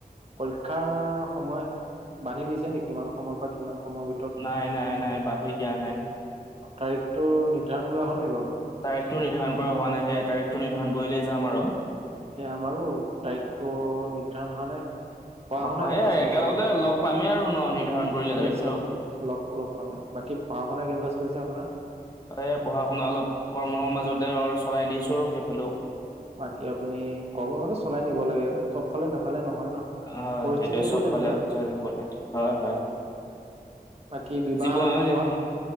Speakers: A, on the right; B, on the left.
A: পৰীক্ষাৰ সময় বান্ধি দিছে নেকি কিমান সময়ৰ পৰা কিমান সময় ভিত-
B: নাই নাই নাই বান্ধি দিয়া নাই।
A: তাৰিখটো নিৰ্ধাৰণ কৰা হ'ল নে বাৰু।
B: তাৰিখটো নিৰ্ধাৰণ কৰা হোৱা নাই সেয়া তাৰিখটো নিৰ্ধাৰণ কৰিলে যাম আৰু।
A: এ আমাৰো তাৰিখটো নিৰ্ধাৰণ হোৱা নাই। পঢ়া
B: অহ
A: শুনা কেনেকুৱা
B: সেইয়াই
A: চলিছে
B: একেলগতে
A: আপোনাৰ
B: লগ পামেই আৰু ন নিৰ্ধাৰণ কৰিলে
A: নিশ্চয়
B: তাৰিখটো।
A: লগ লগ পামে বাকী পঢ়া শুনা কেনেকুৱা চলিছে আপোনাৰ?
B: এ পঢ়া শুনা অলপ কৰ্মৰ মাজতে আৰু চলাই নিছো আৰু সেইফালেও।
A: বাকী আপুনি কৰ্মৰ মাজত চলাই নিব লাগে চবফালে নাফালে নহয় ন।
B: অ হয়
A: পৰিস্থিতিটো
B: সেইটোয়ে চব
A: তেনেকুৱা
B: ফালে জয় দিব লাইটো হয় হয়।
A: বাকী বিবাহত
B: জীৱ আইদে,